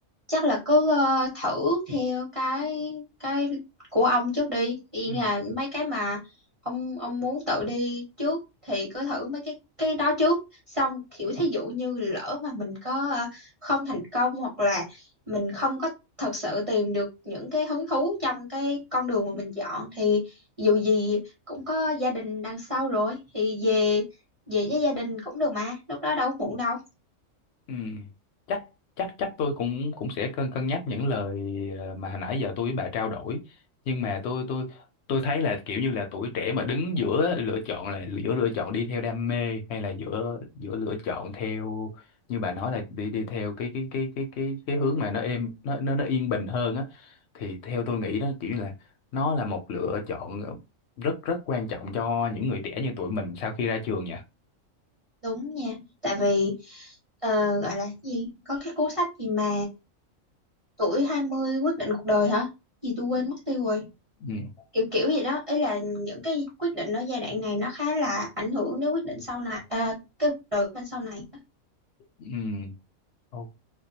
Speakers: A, on the right; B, on the left.
A: chắc là cứ ờ, thử theo cái cái của ông trước đi ý
B: ừ
A: là mấy cái mà ông ông muốn tự đi trước thì cứ thử mấy cái cái đó trước xong kiểu thí dụ như lỡ mà mình có ờ, không thành công hoặc là mình không có thật sự tìm được những cái hứng thú trong cái con đường mà mình chọn thì dù gì cũng có gia đình đằng sau rồi thì về về với gia đình cũng được mà lúc đó đâu có muộn đâu
B: ừ chắc chắc chắc tôi cũng cũng sẽ cân cân nhắc những lời ờ, mà hồi nãy giờ tôi với bà trao đổi nhưng mà tôi tôi tôi thấy là kiểu như là tuổi trẻ mà đứng giữa lựa chọn là giữa lựa chọn đi theo đam mê hay là giữa giữa lựa chọn theo như bà nói là đi đi theo cái cái cái cái cái cái hướng mà nó êm nó nó nó yên bình hơn á thì theo tôi nghĩ đó kiểu như là nó là một lựa chọn rất rất quan trọng cho những người trẻ như tụi mình sau khi ra trường nha
A: Đúng nha, tại vì ờ, gọi là cái gì, có cái cuốn sách gì mà tuổi 20 quyết định cuộc đời hả? Gì tôi quên mất tiêu rồi.
B: ừ
A: Kiểu kiểu gì đó, ý là những cái quyết định ở giai đoạn này nó khá là ảnh hưởng đến quyết định sau này, à, cái cuộc đời của mình sau này.
B: ừ Ok,